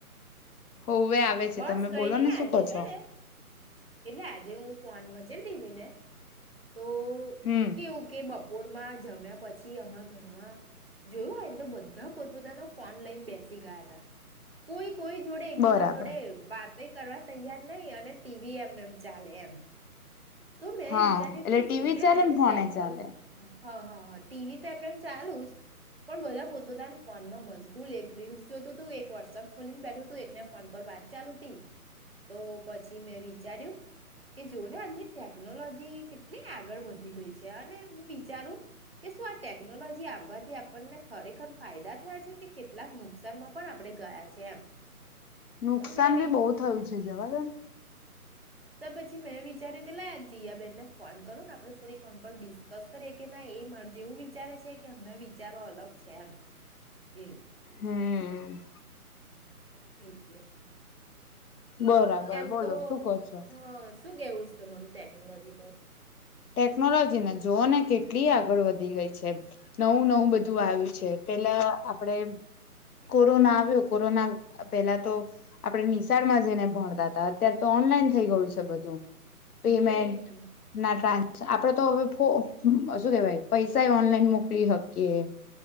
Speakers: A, on the left; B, on the right.
A: હોવે આવે છે
B: બસ
A: તમે
B: કઈ
A: બોલો
B: નઈ
A: ને
B: આજે
A: શું કહો
B: છે
A: છો
B: ને એટલે આજે હું. ફન મજે દેવી ને તો
A: હમ
B: ઓકે ઓકે બાપા બપોરમાં જમ્યા પછી અરા ઘરમાં જોયું હોયને તો બધા પોતા પોતાનો ફોન લઈને બેસી ગયા હતા કોઈ કોઈ જોડે એકબીજા
A: બરાબર
B: જોડે વાત ક કરવા તૈયાર નહ અને ટીવી એમને એમ ચાલે એમ તો મેં
A: હા
B: વિચાર્યું
A: એટલે
B: કે
A: ટીવી
B: જોને
A: ચાલે
B: આજની
A: ને ફોને
B: ટેકનોલોજી
A: ચાલે
B: હા હા હા ટીવી તો એમને એમ ચાલુ જ પણ બધા પોતપોતા ફોનમાં મજગૂલ એક રીલ્સ જોતું હતું એક વોટ્સપ ખોલીને બેઠું તું એકને ફોન પર વાત ચાલુ ત તો પછી મેં વિચાર્યું કે જોને આ ક ટેકનોલોજી કેટલી આગળ વધી ગઈ છે અને વિચારું કે શું આ ટેકનોલોજી આવવાથી આપણને ખરેખર ફાયદા થયા છે કે કેટલાક નુકસાનમાં પણ આપણે ગયા છે એમ
A: નુકસાન
B: તો મેં
A: ભી બહુ થયું છે જવા
B: ત પછી મેં વિચાર્યું પટલા આ જયા બેેનને ફોન કર આપડણે થોડીક કોનડી કશક એ કે ના એ મરજી એવું વિચારે છે કે એમને વિચારો અલગ છે એમ એવું
A: હમ
B: એટલે
A: બરાબર
B: એમ
A: બોલો
B: તો
A: શું કહો છો
B: હ શું કેવું છે તમારું ટેકનોલોજી પર
A: ટેકનોલોજીને જોવાને કેટલી આગળ વધી ગઈ છે નવું નવું બધું આવ્યું છે પેલા આપણેે કોરોના આવ્યો કોરોના પેલા તો આપડણે નિશાળમાં જઈને ભણતા હતા અત્યારે તો ઓનલાઈન થઈ ગયું છે બધું પેમેન્ટ
B: હમ
A: નાટ આપડે તો હવે ફ શું કેવાય પૈસા ઓનલાઈન મોકલી શકીએ.